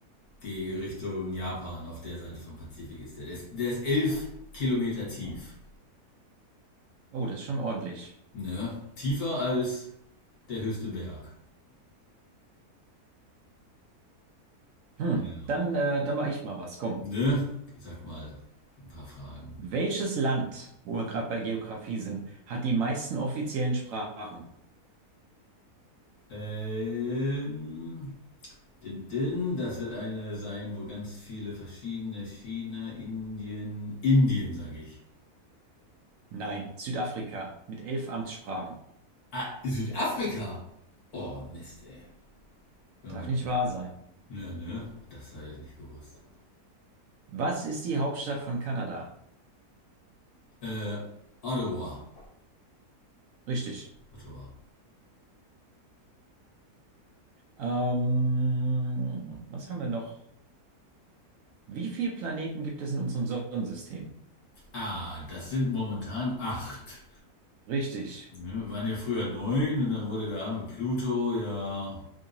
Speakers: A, on the left; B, on the right.
A: die Richtung Japan auf der Seite vom Pazifik ist. Der, der ist, der ist elf Kilometer tief.
B: Oh, das ist schon ordentlich.
A: Ne? Tiefer als der höchste Berg.
B: Hm,
A: Ja.
B: dann, äh, dann mache ich mal was. Komm.
A: Ne? Sag mal ein paar Fragen.
B: Welches Land, wo wir gerade bei Geografie sind, hat die meisten offiziellen Sprachen?
A: Ähm, din, din, das wird eine sein, wo ganz viele verschiedene China, Indien, Indien, sag ich.
B: Nein, Südafrika mit elf Amtssprachen.
A: Ah, Südafrika? Oh, Mist, ey. Hör
B: Darf
A: mal.
B: nicht wahr sein.
A: Ja, ne? Das habe ich nicht gewusst.
B: Was ist die Hauptstadt von Kanada?
A: Äh, Ottawa.
B: Richtig.
A: Ottawa.
B: Ähm, was haben wir noch? Wie viele Planeten gibt es in unserem Sonnensystem?
A: Ah, das sind momentan acht.
B: Richtig.
A: Ne? Waren ja früher neun und dann wurde der arme Pluto ja